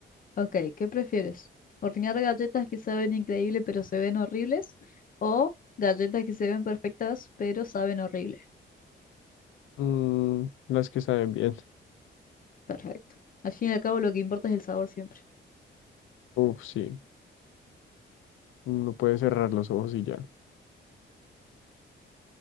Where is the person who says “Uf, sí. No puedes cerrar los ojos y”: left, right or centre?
Left